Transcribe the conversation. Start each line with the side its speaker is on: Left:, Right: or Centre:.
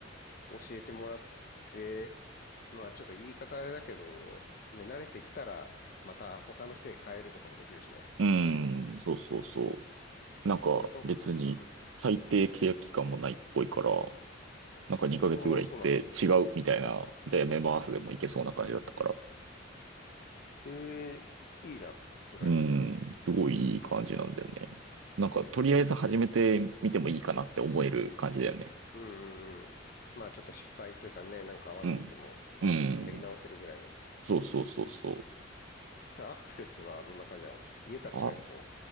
Left: 教えてもらって、まあちょっと言い方あれだけど、ね、慣れてきたら、また他の人に変えるとかもできるしね。
Right: うん、そうそうそう。なんか別に最低契約期間もないっぽいから、
Left: それこ、うん。
Right: なんか2ヶ月ぐらい行って違うみたいな、
Left: ああ、そうなんだ。
Right: じゃあやめますでもいけそうな感じだったから。
Left: ええ、いいじゃん、それ。
Right: うん、すごいいい感じなんだよね。なんか、とりあえず始めてみてもいいかなって思える感じだよね。
Left: うんうんうん。まあちょっと失敗というかね、なんか合わなくても、
Right: うん。うん。
Left: やり直せるぐらいの。
Right: そうそうそうそ
Left: さあ、アクセスはどんな感じなの家から近いとこ
Right: う。あ、